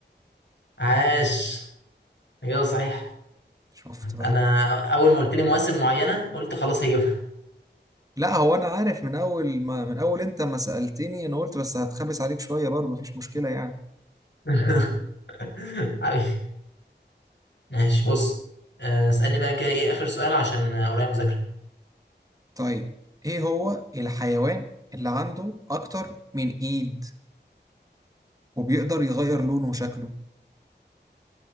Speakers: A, on the left; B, on the right.
A: عاش إجابة صحيحة
B: شفت بقى
A: أنا أول ما قلت لي مواسم معينة قلت خلاص هجيبها
B: لا هو أنا عارف من أول ما من أول أنت ما سألتني أنا قلت بس هتخبس عليك شوية برضه مفيش مشكلة يعني
A: <laughs> حبيبي ماشي بص آه، اسألني بقى كده إيه آخر سؤال عشان آه، ورايا مذاكرة
B: طيب إيه هو الحيوان اللي عنده أكتر من إيد وبيقدر يغير لونه وشكله